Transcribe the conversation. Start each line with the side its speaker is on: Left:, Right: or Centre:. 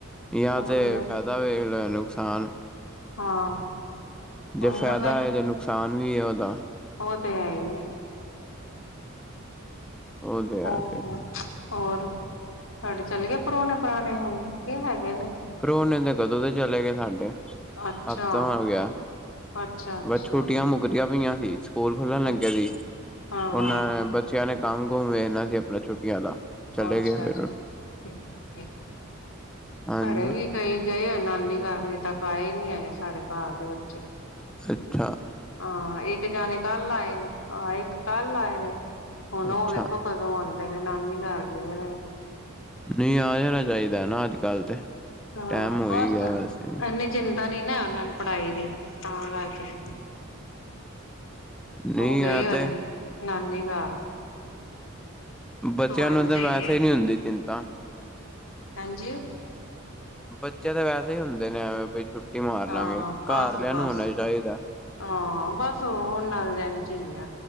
Centre: ਯਾ
Left: ਉਹੀ
Centre: ਤੇ
Left: ਨਾ
Centre: ਫ਼ਾਇਦਾ ਵੇਖ ਲੋਂ ਨੁਕਸਾਨ।
Left: ਹਾਂ।
Centre: ਜੇ
Left: ਉਹੀ
Centre: ਫਾਇਦਾ
Left: ਨਾ
Centre: ਹੈ ਤੇ ਨੁਕਸਾਨ ਵੀ ਹੈ ਉਹਦਾ।
Left: ਓ ਤੇ ਹੈ ਹੀ ਏ।
Centre: ਉਹ ਤੇ ਹੈ
Left: ਹ
Centre: ਫਿਰ
Left: ਹੋਰ ਤੁਹਾਡੇ ਚਲੇ ਗਏ ਪਰੌਣੇ ਪੁਰਾਣੇ ਹੁਣ, ਕੀ ਹੈਗੇ ਨੇ।
Centre: ਪਰੌਣੇ ਤੇ ਕਦੋਂ ਦੇ ਚਲੇ ਗਏ ਸਾਡੇ
Left: ਅੱਛਾ
Centre: ਹਫ਼ਤਾ ਹੋ ਗਿਆ।
Left: ਅੱਛਾ ਅੱਛਾ
Centre: ਬਸ ਛੁੱਟੀਆਂ ਮੁੱਕਦੀਆਂ ਪਈਆਂ ਸੀ ਸਕੂਲ ਖੁਲਣ ਲੱਗੇ
Left: ਹਾਂ
Centre: ਸੀ,
Left: ਹਾਂ
Centre: ਉਹਨਾਂ ਬੱਚਿਆਂ ਨੇ ਕੰਮ ਕੁਮ ਵੇਖਨਾ ਸੀ ਆਪਣਾ ਛੁਟੀਆਂ ਦਾ ਚਲੇ
Left: ਅੱਛਾ
Centre: ਗਏ ਫਿਰ
Left: ਅੱਛਾ ਠੀਕ ਐ,
Centre: ਹਾਂਜੀ
Left: ਸਾਡੇ ਵੀ ਕਈ ਗਏ ਹੋ ਨਾਨੀ ਘਾਰ, ਹਜੇ ਤੱਕ ਆਏ ਨੀ ਹੈਗੇ ਸਾਡੇ ਘਾਰ ਦੇ ਬੱਚੇ
Centre: ਅੱਛਾ ਅੱਛਾ
Left: ਹਾਂ ਇੱਕ ਜਾਣੇ ਕੱਲ ਆਾਏ ਨੇ, ਆਹ ਇੱਕ ਕੱਲ ਆਏ ਨੇ ਹੁਣ ਉਹ
Centre: ਅੱਛਾ
Left: ਵੇਖੋ ਕਦੋਂ ਆਉਂਦੇ ਨੇ ਨਾਨੀ ਘਰ ਗਏ ਨੇ
Centre: ਨਹੀ ਆ ਜਾਣਾ ਚਾਹੀਦਾ ਨਾ ਅੱਜ ਕੱਲ੍ਹ ਤੇ
Left: ਹਾਂ
Centre: ਟੈਮ ਹੋ
Left: ਬਸ
Centre: ਹੀ ਗਿਆ ਵੈਸੇ ਵੀ
Left: ਐਨੀੇ ਚਿੰਤਾ ਨੀ ਨਾ ਉਹਨਾਂ ਨੂੰ ਪੜ੍ਹਾਈ ਦੀ, ਤਾਂ ਕਰਕੇ
Centre: ਨਹੀਂ
Left: ਉਹ ਗਏ
Centre: ਆ
Left: ਹੋਏ
Centre: ਤੇ
Left: ਅਨ, ਨਾਨੀ ਘਾਰ
Centre: ਬੱਚਿਆਂ
Left: ਇੰਝ
Centre: ਨੂੰ ਤੇ ਵੈਸੇ
Left: ਹੈ
Centre: ਹੀ ਨਹੀਂ ਹੁੰਦੀ ਚਿੰਤਾ
Left: ਹਾਂਜੀ
Centre: ਬੱਚੇ ਤਾਂ ਵੈਸੇ ਹੀ ਹੁੰਦੇ ਨੇ ਐਵੇਂ ਬਈ ਛੁੱਟੀ ਮਾਰ
Left: ਹਾਂ
Centre: ਲਾਗੇ
Left: ਬਸ
Centre: ਘਾਰ ਲਿਆਂ
Left: ਬਸ
Centre: ਨੂੰ ਹੋਣਾ ਚਾਹੀਦਾ
Left: ਹਾਂ ਬਸ ਉਹ ਉਹਨਾਂ ਦਾ ਤਾਂ ਐਂਜ ਹੀ ਐ,